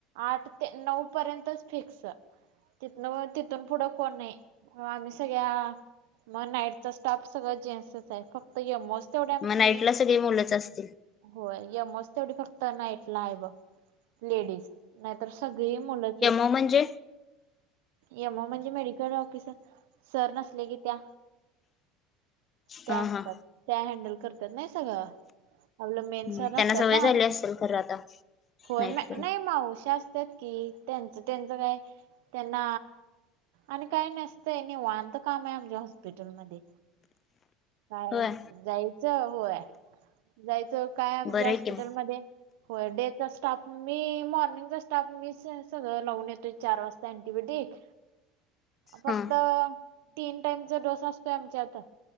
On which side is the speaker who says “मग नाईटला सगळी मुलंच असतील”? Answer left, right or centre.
Left